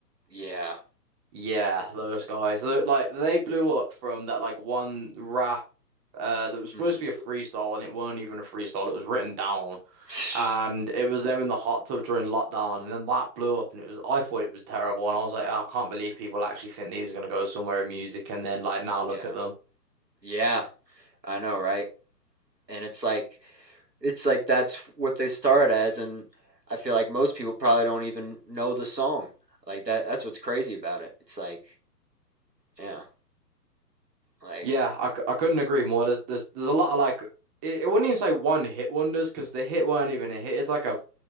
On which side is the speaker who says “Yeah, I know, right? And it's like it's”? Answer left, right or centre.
Right